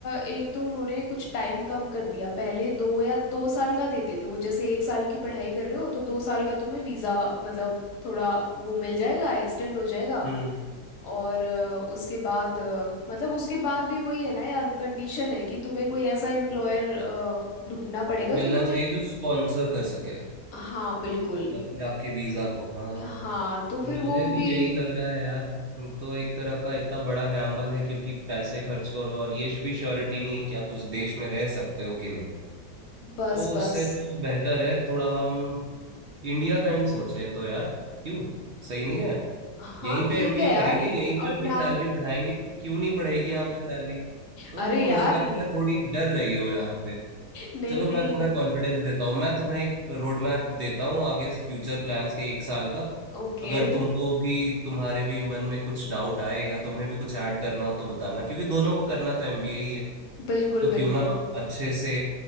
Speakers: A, on the left; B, on the right.
A: एक तो उन्होंने कुछ टाइम कम कर दिया पहले दो या दो साल का देते थे वो जैसे एक साल की पढ़ाई कर रहे हो तो दो साल का तुम्हें वीज़ा मतलब थोड़ा वो मिल जाएगा एक्सटेंड हो जाएगा
B: हम्म
A: और अ, उसके बाद अ, मतलब उसके बाद भी वही है ना यार कंडीशन है कि तुम्हें कोई ऐसा एम्प्लॉयर ढूंढना पड़ेगा
B: मिलना
A: जो तुम्हें
B: चाहिए जो स्पॉन्सर कर सके
A: हाँ बिल्कुल
B: अपने आपके वीजा को हाँ
A: हाँ तो
B: मुझे
A: फिर वो
B: भी
A: भी
B: यही लग रहा है यार तो एक तरह का इतना बड़ा गैम्बल है क्योंकि पैसे खर्च करो और ये भी श्योरिटी नहीं है कि आप उस देश में रह सकते हो कि नहीं
A: बस
B: तो उससे
A: बस
B: तो बेहतर है थोड़ा हम इंडिया का ही सोचें तो यार क्यों सही नहीं है
A: हाँ
B: यहीं पे
A: ठीक
B: एमबीए
A: है यार
B: करेंगे यहीं पे
A: अपना
B: अपनी सैलरी बढ़ाएंगे क्यों नहीं बढ़ेगी यहाँ पे सैलरी तुम
A: अरे यार
B: मुझे लगता
A: <laughs>
B: है थोड़ी डर रही हो यहाँ
A: नहीं
B: चलो
A: नहीं
B: मैं तुम्हें कॉन्फिडेंस देता हूँ मैं तुम्हें एक रोड मैप देता हूँ आगे फ्यूचर प्लान्स के एक साल का
A: ओके
B: अगर तुमको भी तुम्हारे भी मन में कुछ डाउट आए या तुम्हें भी कुछ ऐड करना हो तो बताना क्योंकि दोनों को करना तो एमबीए ही है
A: बिल्कुल
B: तो क्यों
A: बिल्कुल
B: ना अच्छे से